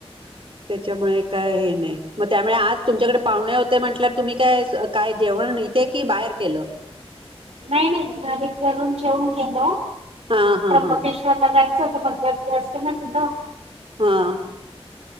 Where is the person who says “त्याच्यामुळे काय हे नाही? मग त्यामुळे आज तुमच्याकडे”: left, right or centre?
Right